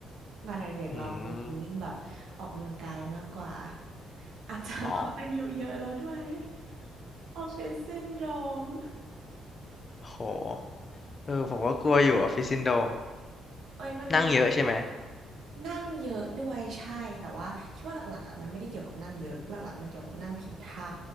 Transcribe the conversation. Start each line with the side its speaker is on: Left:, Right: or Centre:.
Right: งานอดิเรกเราคือฟีลลิ่งแบบออกกำลังกายมากกว่า
Left: อืม
Right: อาจจะเพราะอายุเยอะแล้วด้วย
Left: อ๋อ
Right: <laughs> ออฟฟิศซินโดรม
Left: <laughs> โห เออผมก็กลัวอยู่ออฟฟิศซินโดรม
Right: เอ้ยมัน
Left: นั่งเยอะใช่ไหม
Right: นั่งเยอะด้วยใช่แต่ว่าคิดว่าหลักๆอ่ะมันไม่ได้เกี่ยวกับนั่งเยอะหลักๆมันเกี่ยวกับนั่งผิดท่า